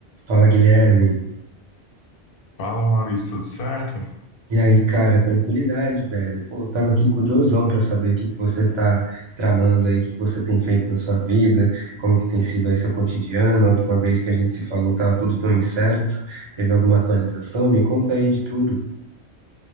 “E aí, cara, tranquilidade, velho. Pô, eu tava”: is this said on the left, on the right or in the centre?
Right